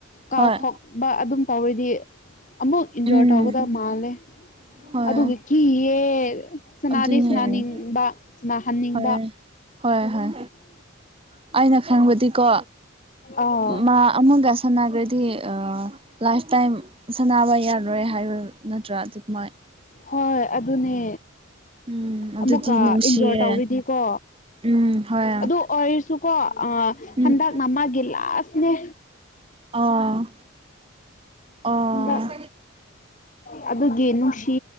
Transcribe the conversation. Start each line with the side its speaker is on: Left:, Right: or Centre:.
Left: ꯀꯥꯎꯊꯣꯛꯄ
Right: ꯍꯣꯏ
Left: ꯑꯗꯨꯝ ꯇꯧꯔꯗꯤ ꯑꯃꯨꯛ ꯏꯟꯖꯣꯔ
Right: ꯎꯝ
Left: ꯇꯧꯒꯗꯕ ꯃꯥꯜꯂꯦ
Right: ꯍꯣꯏ
Left: ꯑꯗꯨꯒꯤ ꯀꯤꯌꯦ ꯁꯅꯥꯗꯦ
Right: ꯑꯗꯨꯅꯦ
Left: ꯁꯨꯅꯥꯅꯤꯡꯕ ꯁꯅꯍꯟꯅꯤꯡꯕ
Right: ꯍꯣꯏ ꯍꯣꯏ ꯍꯣꯏ ꯑꯩꯅ ꯈꯪꯕꯗꯤꯀꯣ
Left: ꯑꯥ <unintelligible>
Right: ꯃꯥ ꯑꯃꯒ ꯁꯥꯟꯅꯈ꯭ꯔꯗꯤ
Left: <inaudible>
Right: ꯂꯥꯏꯐ ꯇꯥꯏꯝ ꯁꯥꯟꯅꯕ ꯌꯥꯔꯣꯏ ꯍꯥꯏꯕ ꯅꯠꯇ꯭ꯔꯥ ꯑꯗꯨꯃꯥꯏ
Left: ꯍꯣꯏꯣꯏ ꯑꯗꯨꯅꯦ
Right: ꯎꯝ ꯑꯗꯨꯗꯤ
Left: ꯑꯃꯨꯛꯀ
Right: ꯅꯨꯡꯁꯤꯌꯦ
Left: ꯏꯟꯖꯣꯔ ꯇꯧꯔꯤꯗꯤꯀꯣ
Right: ꯎꯝ ꯍꯣꯏ
Left: ꯑꯗꯨ ꯑꯣꯏꯔꯁꯨꯀꯣ
Right: ꯎꯝ
Left: ꯍꯟꯗꯛ ꯅ ꯃꯥꯒꯤ ꯂꯥꯁꯅꯦ
Right: ꯑꯥ ꯑꯥ
Left: ꯍ <unintelligible> <inaudible> ꯑꯗꯨꯒꯤꯅꯅꯨꯡꯁꯤ